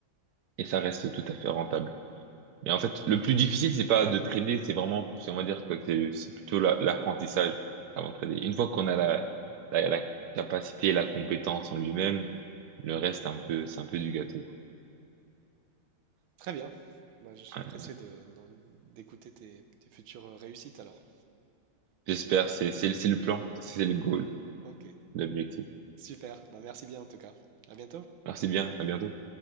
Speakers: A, on the right (about 65°); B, on the right (about 80°).
A: et ça reste tout à fait rentable. Mais en fait, le plus difficile, c'est pas de trader, c'est vraiment, c'est- on va dire que c'est c'est plutôt la- l'apprentissage avant de trader. Une fois qu'on a la, la, la capacité, la compétence en lui-même, le reste, un peu, c'est un peu du gâteau, quoi.
B: Très bien. Bah, je suis
A: Ouais.
B: pressé de, d'en- d'écouter tes, tes futures euh, réussites alors.
A: J'espère, c'est, c'est, c'est le plan, c'est le goal,
B: Ok,
A: l'objectif.
B: super. Bah, merci bien en tout cas. À bientôt.
A: Merci bien, à bientôt.